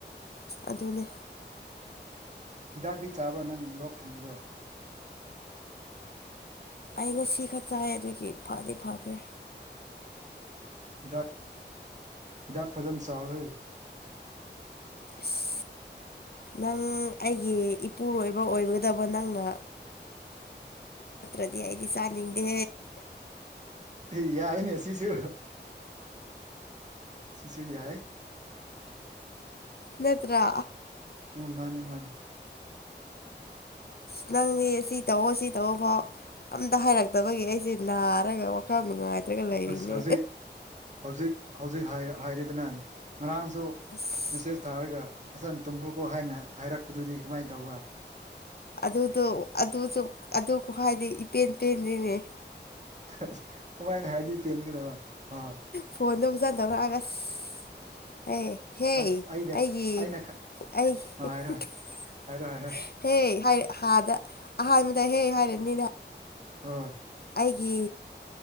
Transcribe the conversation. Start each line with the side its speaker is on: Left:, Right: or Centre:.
Left: ꯑꯗꯨꯅꯦ
Right: ꯍꯤꯗꯥꯛꯇꯤ ꯆꯥꯕ꯭ꯔꯥ ꯅꯪ ꯂꯣꯛ ꯊꯨꯡꯕꯗꯣ
Left: ꯑꯩ ꯉꯁꯤ ꯈꯛ ꯆꯥꯏꯌꯦ ꯑꯗꯨꯒꯤ ꯐꯗꯤ ꯐꯈ꯭ꯔꯦ
Right: ꯍꯤꯗꯥꯛ ꯍꯤꯗꯥꯛ ꯐꯖꯅ ꯆꯥꯎꯋꯤ
Left: ꯑꯁ ꯅꯪ ꯑꯩꯒꯤ ꯏꯄꯨꯔꯣꯏꯕ ꯑꯣꯏꯒꯗꯕ ꯅꯪꯅ ꯅꯠꯇ꯭ꯔꯗꯤ ꯑꯩꯗꯤ ꯆꯥꯅꯤꯡꯗꯦ
Right: ꯑꯦ ꯌꯥꯏꯅꯦ ꯁꯤꯁꯨ ꯁꯤꯁꯨ ꯌꯥꯏ
Left: ꯅꯠꯇ꯭ꯔꯥ
Right: ꯎꯝ ꯃꯥꯅꯦ ꯃꯥꯅꯦ
Left: ꯑꯁ ꯅꯪꯗꯤ ꯁꯤ ꯇꯧꯑꯣ ꯁꯤ ꯇꯧꯑꯣ ꯐꯥꯎ ꯑꯝꯇ ꯍꯥꯏꯔꯛꯇꯕꯒꯤ ꯑꯩꯁꯦ ꯅꯥꯔꯒ ꯈꯔ ꯅꯨꯡꯉꯥꯏꯇ꯭ꯔꯒ ꯂꯩꯔꯤꯅꯦ
Right: ꯑꯁ ꯍꯧꯖꯤꯛ ꯍꯧꯖꯤꯛ ꯍꯧꯖꯤꯛ ꯍꯥꯏꯔ‌‌ ꯍꯥꯏꯔ‌ꯦꯗꯅ ꯉꯔꯥꯡꯁꯨ
Left: ꯑꯁ
Right: ꯃꯦꯁꯦꯖ ꯊꯥꯔꯒ ꯐꯖꯅ ꯇꯨꯝꯈ꯭ꯔꯣꯀꯣ ꯍꯥꯏꯅ ꯍꯥꯏꯔꯛꯄꯗꯨꯗꯤ ꯀꯃꯥꯏꯅ ꯇꯧꯕ
Left: ꯑꯗꯨꯗꯣ ꯑꯗꯨꯁꯨ ꯑꯗꯨ ꯈꯨꯍꯥꯏꯗꯤ ꯏꯄꯦꯟ ꯄꯦꯟꯗ‌ꯦꯅꯦ
Right: ꯑꯁ ꯀꯃꯥꯏꯅ ꯍꯥꯏꯗꯤ ꯄꯦꯟꯒꯗꯕ ꯑ
Left: ꯐꯣꯟꯗ‌ꯣ ꯐꯖꯟ ꯇꯧꯔꯛꯑꯒ ꯑꯁ ꯍ‌ꯦ ꯍꯦ
Right: ꯑꯁ ꯑꯩꯅ
Left: ꯑꯩꯒꯤ
Right: ꯑꯩꯅ ꯈ
Left: ꯑꯩ
Right: ꯑ
Left: <unintelligible>
Right: ꯍꯥꯏꯔꯣ ꯍꯥꯏꯔꯣ ꯍꯥꯏꯔꯣ
Left: ꯍꯦ ꯍꯥꯏ ꯑꯗ ꯑꯍꯥꯟꯕꯗ ꯍꯦ ꯍꯥꯏꯔꯅꯤꯅ
Right: ‌ꯍ‌ꯣꯏ
Left: ꯑꯩꯒꯤ